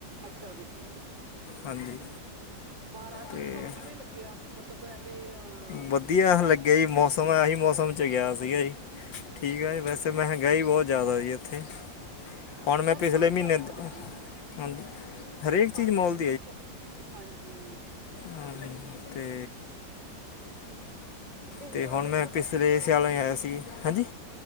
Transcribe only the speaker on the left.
ਹਾਂਜੀ
ਤੇ
ਵਧੀਆ
ਲੱਗਿਆ ਜੀ ਮੌਸਮ, ਐਹੀ ਮੌਸਮ ਚ ਗਿਆ ਸੀਗਾ ਜੀ। ਠੀਕ ਐ ਜੀ, ਵੈਸੇ ਮਹਿੰਗਾਈ ਬਹੁਤ ਜ਼ਿਆਦਾ ਜੀ ਐਥੇ। ਹੁਣ ਮੈਂ
ਪਿਛਲੇ
ਮਹੀਨੇ
ਤੋ,
ਹਾਂਜੀ
ਹਰੇਕ
ਚੀਜ਼ ਮੁੱਲ
ਹਾਂਜੀ ਤੇ
ਤੇ ਹੁਣ ਮੈਂ
ਪਿਛਲੇ
ਸਿਆਲਾਂ
ਹੀ ਆਇਆ ਸੀ ਹਾਂਜੀ